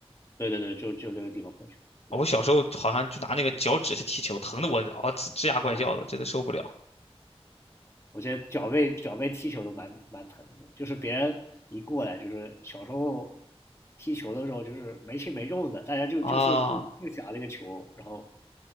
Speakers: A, on the left; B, on the left.
A: 对对对，就就这个地方碰球，对，
B: 我小时候好像就拿那个脚趾去踢球，疼的我啊吱吱呀怪叫的，
A: 哇，
B: 真的受不了
A: 我觉得脚背脚背踢球都蛮蛮疼的，就是别人一过来，就是小时候踢球的时候就是没轻没重的，大家就就是就就想那个球，
B: 啊！
A: 然后